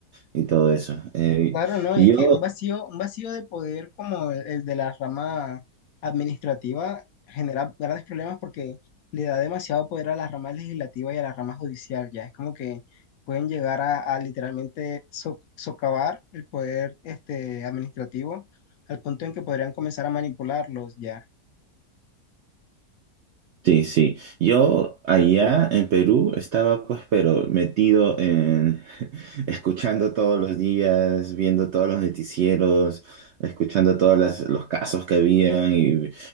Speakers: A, on the right; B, on the left.
A: y todo eso. Eh,
B: Claro, no,
A: yo,
B: y es que un vacío, un vacío de poder como el, el de la rama administrativa genera grandes problemas porque le da demasiado poder a la rama legislativa y a la rama judicial, ya es como que pueden llegar a, a literalmente so- socavar el poder este, administrativo al punto en que podrían comenzar a manipularlos, ya.
A: Sí, sí. Yo allá en Perú estaba pues, pero metido en <laughs> escuchando todos los días, viendo todos los noticieros, escuchando todos los casos que había y